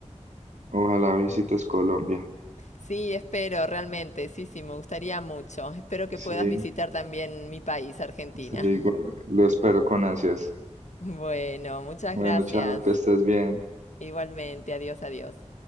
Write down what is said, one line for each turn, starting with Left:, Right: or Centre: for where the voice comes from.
Right: ojalá visites Colombia.
Left: Sí, espero, realmente. Sí, sí, me gustaría mucho. Espero que
Right: Sí,
Left: puedas visitar también mi país, Argentina.
Right: sí, igual, lo espero con ansias.
Left: Bueno, muchas
Right: Bueno,
Left: gracias.
Right: chao, que estés bien.
Left: Igualmente, adiós, adiós.